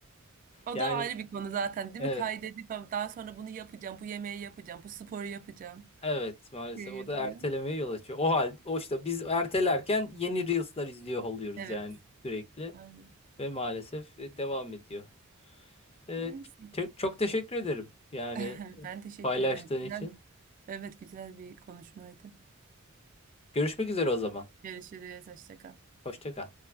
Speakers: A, on the right; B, on the left.
A: O
B: Yani
A: da ayrı bir konu zaten değil
B: evet
A: mi? Kaydedip daha sonra bunu yapacağım, bu yemeği yapacağım, bu sporu yapacağım.
B: evet maalesef
A: Şey
B: o
A: yapacağım.
B: da ertelemeye yol açıyor. O hal o işte biz ertelerken yeni Reels'lar izliyor oluyoruz
A: Evet,
B: yani sürekli
A: aynen.
B: ve maalesef e, devam ediyor. Evet,
A: Neyse.
B: çok, çok teşekkür ederim yani
A: <laughs> Ben teşekkür
B: paylaştığın
A: ederim. Güzel.
B: için.
A: Evet, güzel bir konuşmaydı.
B: Görüşmek üzere o zaman.
A: Görüşürüz, hoşça kal.
B: Hoşça kal.